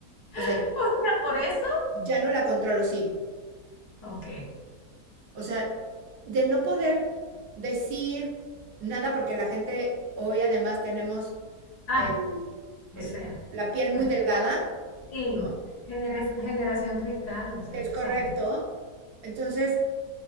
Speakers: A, on the right; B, on the left.
A: O
B: <laughs>
A: sea,
B: O sea, por eso.
A: ya no la controlo, sí.
B: Ok.
A: O sea, de no poder decir nada porque la gente hoy además tenemos
B: Ay,
A: el, el-
B: o sea.
A: la piel muy
B: ah,
A: delgada,
B: Sí.
A: ¿no?
B: Genera- generación cristal, o sea,
A: Es
B: tú
A: correcto.
B: sabes.
A: Entonces,